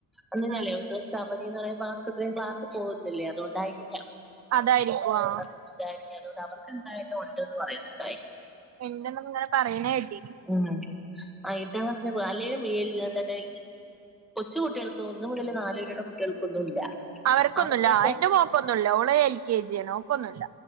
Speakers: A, in the centre; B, on the right.
A: അന്ന് ഞാൻലേ
B: ഉം
A: ഒരു ദിവസ്ത്തെ അവതിന്ന് പറയ്മ്പം അത്രീം ക്ലാസ്സ്‌ പോകുന്നില്ലേ അതുകൊണ്ടായിരിക്കാം
B: അതായിരിക്കും ആഹ്
A: അതായിരിക്കും അതുകൊണ്ട് അവർക്ക് എന്തായാലും ഉണ്ടെന്ന് പറയുന്നുണ്ടായി
B: ഇണ്ടെന്ന്ങ്ങനെ പറയണേട്ടി
A: ഉം ആ എട്ടാം ക്ലാസ്സിലെ അല്ലേലും എന്താണ് ഈ കൊച്ച് കുട്യൾക്കും ഇന്ന് മുതൽ നാല് പരുടെ കുട്ടികൾക്കൊന്നും ഇല്ല
B: അവർക്കൊന്നുല്ല
A: അവർക്കക്കെ
B: എന്റെ മോക്കൊന്നുല്ല ഓള് എൽ കെ ജി ആണ് ഓക്കൊന്നുല്ല